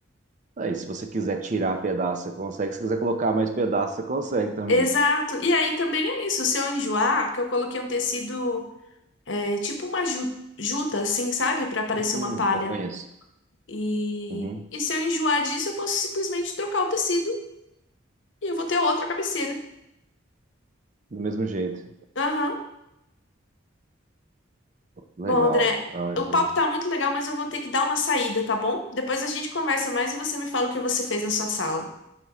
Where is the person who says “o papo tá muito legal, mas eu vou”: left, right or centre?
Left